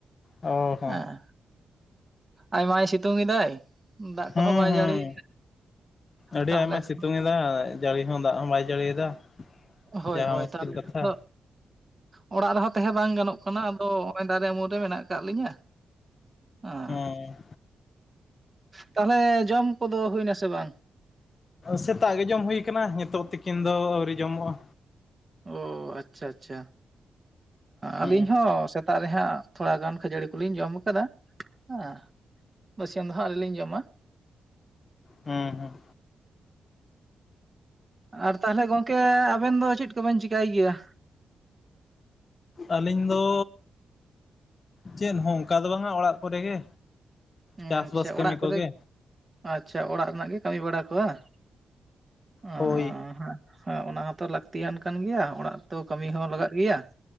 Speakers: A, on the left (about 45°); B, on the right (about 30°).
A: ᱚ ᱦᱚᱸ
B: ᱦᱮᱸ ᱟᱭᱢᱟᱭ ᱥᱤᱛᱩᱝ ᱮᱫᱟᱭ ᱫᱟᱜ
A: ᱦᱩᱸ
B: ᱠᱚᱦᱚᱸ ᱵᱟᱭ
A: ᱦᱩᱸ
B: ᱡᱟᱹᱲᱤᱭᱮᱫ-ᱟ
A: ᱟᱹᱰᱤ
B: ᱛᱟᱦᱚᱞᱮ
A: ᱟᱭᱢᱟᱭ
B: ᱠᱷᱟᱱ
A: ᱥᱤᱛᱩᱝ ᱮᱫᱟ ᱡᱟᱹᱲᱤ ᱦᱚᱸ ᱫᱟᱜ ᱦᱚᱸ ᱵᱟᱭ ᱡᱟᱹᱲᱤᱭᱮᱫᱟ
B: ᱦᱳᱭ
A: ᱡᱟᱦᱟᱸ
B: ᱦᱳᱭ
A: ᱢᱩᱥᱠᱤᱞ
B: ᱛᱟᱦᱚᱞᱮ
A: ᱠᱟᱛᱷᱟ
B: ᱠᱷᱟᱱ ᱫᱚ ᱚᱲᱟᱜ ᱨᱮᱦᱚᱸ ᱛᱟᱦᱮᱸ ᱵᱟᱝ ᱜᱟᱱᱚᱜ ᱠᱟᱱᱟ ᱟᱫᱚ ᱱᱚᱜ-ᱚᱭ ᱫᱟᱨᱮ ᱩᱢᱩᱞ ᱨᱮ ᱢᱮᱱᱟᱜ ᱟᱠᱟᱫ ᱞᱤᱧᱟᱹ ᱦᱮᱸ
A: ᱦᱮᱸ
B: ᱛᱟᱦᱚᱞᱮ ᱡᱚᱢ ᱠᱚᱫᱚ ᱦᱩᱭᱱᱟᱥᱮ ᱵᱟᱝ
A: ᱥᱮᱛᱟᱜ ᱜᱮ ᱡᱚᱢ ᱦᱩᱭ ᱠᱟᱱᱟ ᱱᱤᱛᱚᱜ ᱛᱤᱠᱤᱱ ᱫᱚ ᱟᱹᱣᱨᱤ ᱡᱚᱢᱚᱜᱼᱟ
B: ᱚ ᱟᱪᱷᱟ ᱟᱪᱷᱟ
A: ᱦᱩᱸ
B: ᱟᱹᱞᱤᱧ ᱦᱚᱸ ᱥᱮᱛᱟᱜ ᱨᱮᱦᱟᱸᱜ ᱛᱷᱚᱲᱟ ᱜᱟᱱ ᱠᱷᱟᱹᱡᱟᱹᱲᱤ ᱠᱚᱞᱤᱧ ᱡᱚᱢ ᱟᱠᱟᱫᱟ ᱟᱸ ᱵᱟᱥᱭᱟᱹᱢ ᱫᱚ ᱦᱟᱸᱜ ᱟᱣ. ᱨᱤ ᱞᱤᱧ ᱡᱚᱢᱟ
A: ᱦᱚᱸ ᱦᱚᱸ
B: ᱟᱨ ᱛᱟᱦᱚᱞᱮ ᱜᱚᱢᱠᱮ ᱟᱵᱮᱱ ᱫᱚ ᱪᱮᱫ ᱠᱚᱵᱮᱱ ᱪᱤᱠᱟᱹᱭ ᱜᱮᱭᱟ
A: ᱟᱹᱞᱤᱧ ᱫᱚ ᱪᱮᱫ ᱦᱚᱸ ᱚᱱᱠᱟ ᱫᱚ ᱵᱟᱝᱟ ᱚᱲᱟᱜ ᱠᱚᱨᱮ ᱜᱮ
B: ᱟᱪᱷᱟ
A: ᱪᱟᱥᱵᱟᱥ ᱠᱟᱹᱢᱤ
B: ᱚᱲᱟᱜ ᱠᱚᱨᱮ
A: ᱠᱚᱜᱮ
B: ᱟᱪᱷᱟ ᱚᱲᱟᱜ ᱨᱮᱱᱟᱜ ᱜᱮ ᱠᱟᱹᱢᱤ ᱵᱟᱲᱟ ᱠᱚ ᱵᱟᱝ, ᱚ
A: ᱦᱳᱭ
B: ᱦᱮᱸ ᱦᱮᱸ ᱚᱱᱟ ᱦᱚᱸᱛᱚ ᱞᱟᱹᱠᱛᱤᱭᱟᱱ ᱠᱟᱱ ᱜᱮᱭᱟ ᱚᱲᱟᱜ ᱨᱮ ᱛᱚ ᱠᱟᱹᱢᱤ ᱦᱚᱸ ᱞᱟᱜᱟᱜ ᱜᱮᱭᱟ